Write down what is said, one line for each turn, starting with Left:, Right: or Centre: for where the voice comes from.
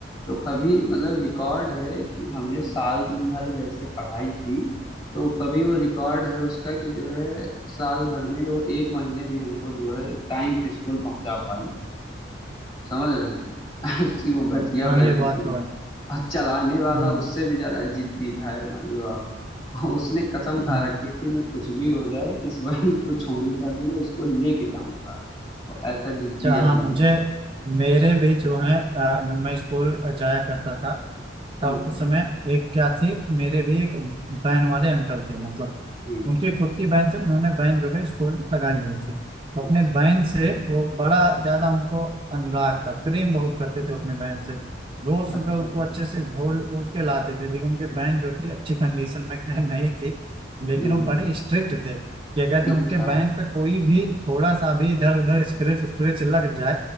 Left: तो कभी मतलब रिकॉर्ड है कि हमने साल भर जैसे पढ़ाई की तो कभी वो रिकॉर्ड है उसका कि जो है साल भर में वो एक महीने भी हमको जो है टाइम पे स्कूल पहुंचा पाई समझ रहे हैं <laughs> ऐसी वो घटिया
Right: हाँ,
Left: बहन
Right: ये बात
Left: थी
Right: तो है
Left: और चलाने वाला
Right: हम्म
Left: उससे भी ज्यादा जिद्दी था ये मान लो आप और उसने कसम खा
Right: हम्म।
Left: रखी थी मैं कुछ भी हो जाए इस बहन को छोड़ूंगा नहीं मैं इसको लेके जाऊंगा वो ऐसा जिद्दी
Right: अच्छा हाँ
Left: आदमी
Right: मुझे
Left: था,
Right: मेरे भी जो है अ, जब मैं स्कूल जाया करता था था
Left: बिल्कुल
Right: उस समय एक क्या थी मेरे भी एक बहन वाले अंकल थे मतलब
Left: हम्म
Right: उनके खुद की बहन थे उन्होंने बहन जो है स्कूल में लगाई हुई थी तो
Left: अच्छा
Right: अपने बहन से वो बड़ा ज्यादा उनको अनुराग था प्रेम बहुत करते थे अपने बहन से रोज सुबह
Left: अच्छा
Right: उसको
Left: अच्छा
Right: अच्छे से धो उड़ के लाते थे लेकिन उनके बहन जो थी अच्छी कंडीशन में खैर नहीं थी लेकिन
Left: हम्म
Right: वो
Left: हम्म।
Right: बड़े स्ट्रिक्ट थे कि अगर जो
Left: अच्छा
Right: उनके बहन पे कोई भी थोड़ा सा भी इधर उधर स्क्रैच स्क्रैच लग जाए